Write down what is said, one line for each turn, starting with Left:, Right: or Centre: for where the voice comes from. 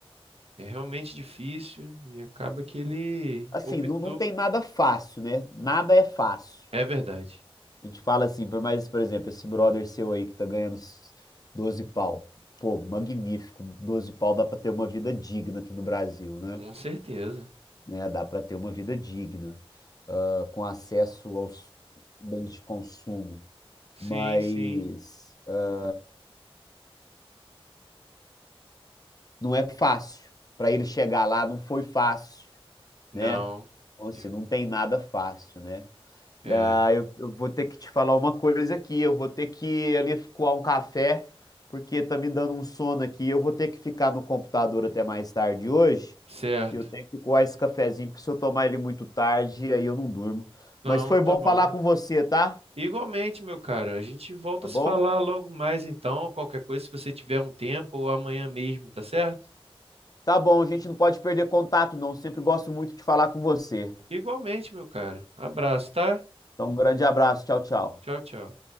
Right: É realmente difícil e acaba que ele
Left: Assim,
Right: optou.
Left: não, não tem nada fácil, né? Nada é fácil.
Right: É verdade.
Left: A gente fala assim, por mais, por exemplo, esse brother seu aí que tá ganhando s- 12 pau. Pô, magnífico. 12 pau dá pra ter uma vida digna aqui no Brasil, né?
Right: Com certeza.
Left: Né, dá pra ter uma vida digna, ah, com acesso aos bens de consumo.
Right: Sim,
Left: Mas
Right: sim.
Left: ah, não é fácil. Pra ele chegar lá não foi fácil,
Right: Não.
Left: né? Então,
Right: De-
Left: assim, não tem nada fácil, né?
Right: É.
Left: Ah, eu, eu vou ter que te falar uma coisa aqui. Eu vou ter que ir ali coar um café, porque tá me dando um sono aqui. Eu vou ter que ficar no computador até mais tarde hoje.
Right: Certo.
Left: E eu tenho que coar esse cafezinho, porque se eu tomar ele muito tarde, aí eu não durmo.
Right: Não,
Left: Mas foi
Right: tá
Left: bom
Right: bom.
Left: falar com você, tá?
Right: Igualmente, meu cara, a gente volta
Left: Tá
Right: a
Left: bom?
Right: se falar logo mais então, qualquer coisa, se você tiver um tempo ou amanhã mesmo, tá certo?
Left: Tá bom, a gente não pode perder contato, não. Sempre gosto muito de falar com você.
Right: Igualmente, meu cara. Abraço, tá?
Left: Então, um grande abraço. Tchau, tchau.
Right: Tchau, tchau.